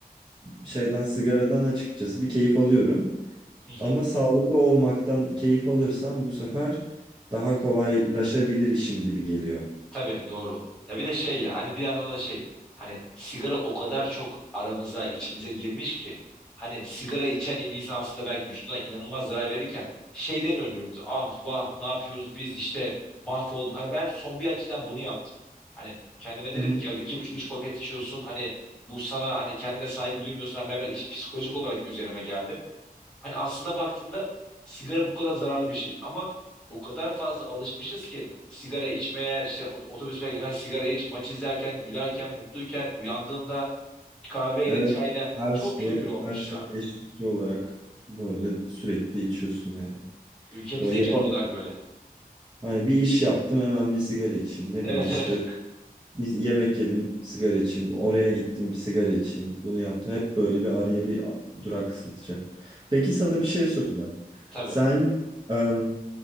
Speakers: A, on the right; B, in the centre.
A: şeyden sigaradan açıkçası bir keyif alıyorum.
B: <laughs>
A: Ama sağlıklı olmaktan keyif alırsam bu sefer daha kolaylaşabilir işim gibi geliyor.
B: Tabii doğru. Ya bir de şey ya hani bir yandan da şey hani sigara o kadar çok aramıza içimize girmiş ki hani sigara içen bir insan aslında belki vücuduna inanılmaz zarar verirken şey demiyoruz birbirimize ah vah ne yapıyoruz biz işte mahvolduk. Hani ben son bir açıdan bunu yaptım. Hani kendime dedim
A: Hı hı.
B: ki ya iki buçuk üç paket içiyorsun hani bu sana hani kendine saygı duymuyorsun. Hani ben biraz iş- psikolojik olarak üzerime geldim. Hani aslında baktığında sigara bu kadar zararlı bir şey ama o kadar fazla alışmışız ki sigara içmeye, işte ot- otobüs beklerken sigara iç, maç izlerken, gülerken, mutluyken, uyandığında kahveyle,
A: Evet,
B: çayla
A: her
B: çok
A: şey
B: kültür olmuş
A: her şey
B: ya.
A: eşlikçi olarak böyle sürekli içiyorsun yani.
B: Ülkemizde
A: Böyle yapamam.
B: genel olarak böyle.
A: Hani bir iş yaptım hemen bir sigara içeyim. Ne
B: Evet
A: bileyim işte
B: evet.
A: biz yemek yedim sigara içeyim. Oraya gittim bir sigara içeyim. Bunu yaptım. Hep böyle bir araya bir a- durak satacak. Peki sana
B: Evet.
A: bir şey soracağım.
B: Tabii.
A: Sen em,